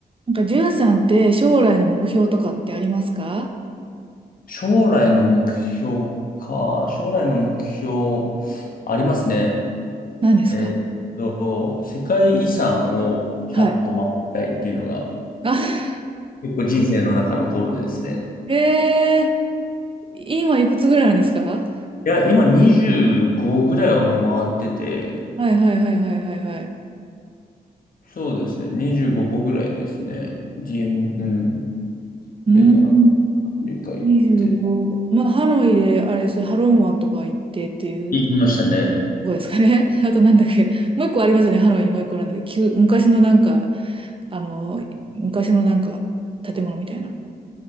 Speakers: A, on the right; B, on the left.
A: なんか、じゅんさんって将来の目標とかってありますか
B: 将来の目標か。将来の目標、ありますね。
A: 何ですか
B: えーっと、世界遺産を100個回りたいっていうのが、
A: はい。あ、
B: 結構人生の中のゴールですね。
A: えー、今いくつぐらいなんですか
B: いや、今25ぐらいはもう回ってて、
A: はいはいはいはいはいはい。
B: そうですね、25個ぐらいですね。ジン、うん、
A: うーん、
B: ベトナム、アメリカ行って。
A: 25。まあ、ハノイで、あれですね、ハロン湾とか行ってっていうと
B: 行きましたね。
A: こですかね。<laughs> あとなんだっけ、もう一個ありますよね、ハノイにもう一個なんだっけ、旧昔のなんか、あの、昔のなんか、建物みたいな。